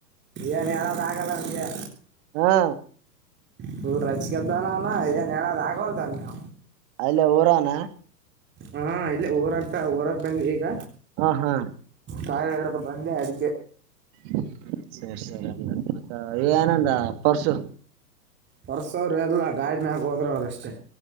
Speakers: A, on the right; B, on the right.
A: ಏನು ಹೇಳನು ಆಗಲ್ಲ ಅಂದೆ
B: ಹಾ
A: ಹರು ರೊಚ್ಚಿಗೆದ್ದವನೇ ಅವನ ಏನ್ ಹೇಳೋದು ಆಗೋದು ಅವನಿಗೆ
B: ಅಲ್ಲ ಊರಾನ
A: ಹಾ ಇಲ್ಲ ಊರಕ್ತ ಊರಕ್ ಬಂದ ಈಗ
B: ಹಾ ಹಾ
A: ಕಾಯಿ ಇಡುದು ಬಂದ ಅದ
B: ಹ ಸರಿ ಸರಿ ಅ ಮತ್ತ ಏನಂದ ಪರ್ಶು
A: ಪರ್ಶು ಅವ್ರರು ಎಲ್ಲ ಗಾಡ ಮ್ಯಾಗ ಹೋದ್ರ ಅವರುಷ್ಟೇ